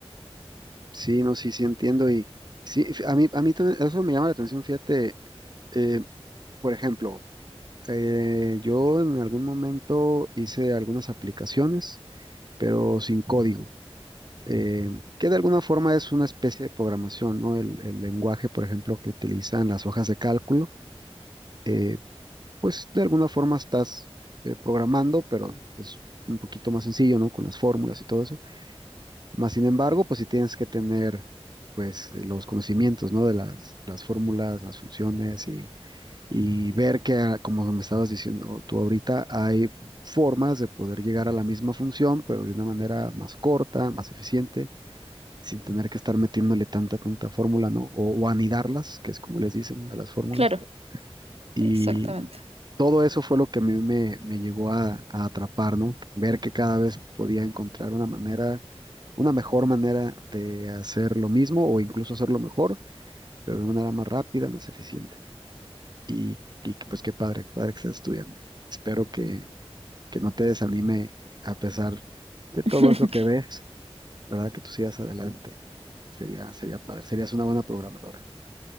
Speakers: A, on the right; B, on the right.
A: sí, no, sí, sí entiendo y sí, f- a mí, a mí también eso me llama la atención, fíjate, eh, por ejemplo, eh, yo en algún momento hice algunas aplicaciones, pero sin código. eh, que de alguna forma es una especie de programación, ¿no? El, el lenguaje, por ejemplo, que utilizan las hojas de cálculo, eh, pues de alguna forma estás eh, programando, pero es un poquito más sencillo, ¿no? Con las fórmulas y todo eso. Más sin embargo, pues sí tienes que tener, pues, eh, los conocimientos, ¿no? De las, las fórmulas, las funciones y, y ver que, ah, como me estabas diciendo tú ahorita, hay formas de poder llegar a la misma función, pero de una manera más corta, más eficiente sin tener que estar metiéndole tanta, tanta fórmula, ¿no? O, o anidarlas, que es como les dicen a las fórmulas.
B: Claro,
A: Y
B: exactamente.
A: todo eso fue lo que a mí me, me llegó a, a atrapar, ¿no? Ver que cada vez podía encontrar una manera, una mejor manera de hacer lo mismo o incluso hacerlo mejor, pero de una manera más rápida, más eficiente. Y, y que, pues qué padre, qué padre que estés estudiando. Espero que, que no te desanime a pesar de todo
B: <laughs>
A: eso que ves, ¿verdad? Que tú sigas adelante. Sería, sería padre, serías una buena programadora.